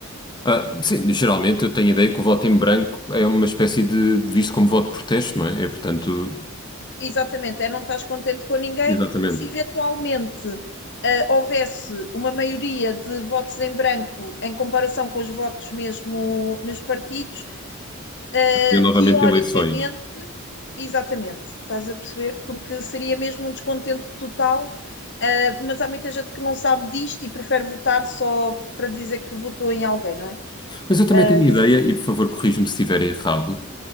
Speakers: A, on the left (about 20°); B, on the left (about 55°).
A: Ah, sim, geralmente eu tenho a ideia que o voto em branco é uma espécie de, de visto como voto de protesto, não é? É, portanto,
B: Exatamente, é não estás contente com ninguém.
A: exatamente.
B: Se eventualmente ah, houvesse uma maioria de votos em branco em comparação com os votos mesmo nos partidos, ah,
A: Tinha novamente
B: teoricamente,
A: eleições.
B: exatamente, estás a perceber? Porque seria mesmo um descontento total, ah, mas há muita gente que não sabe disto e prefere votar só para dizer que votou em alguém, não é?
A: Mas eu também
B: Ah,
A: tenho a ideia, e por favor corrija-me se estiver
B: sim.
A: errado,